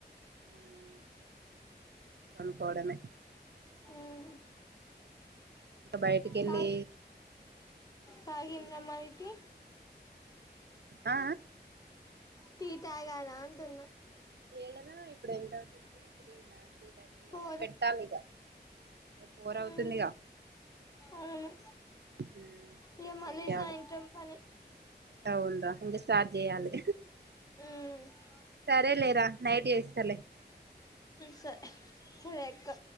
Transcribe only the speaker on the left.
హ్మ్
థాయ్ తాగింద
మాయ్ టి
తీ తాగార అంటున్నా
ఫోర్
మ్మ్
అవును
ఇగ
మళ్ళీ
సాయంత్రం పని
మ్మ్
సో సు ఎక్కో